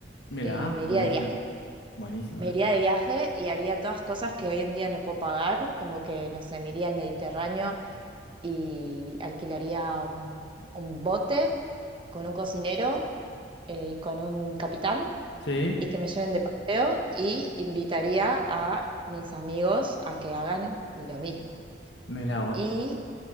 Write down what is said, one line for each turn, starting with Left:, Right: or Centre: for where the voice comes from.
Left: Mira,
Right: eh,
Left: ah,
Right: me iría
Left: buenísima,
Right: de viaje.
Left: buenísima.
Right: Me iría de viaje y haría todas cosas que hoy en día no puedo pagar, como que, no sé, me iría al Mediterráneo y alquilaría un, un bote con un cocinero eh, y con un capitán
Left: Sí,
Right: y que me lleven de paseo y invitaría a mis amigos a que hagan lo mismo.
Left: mira vos.
Right: Y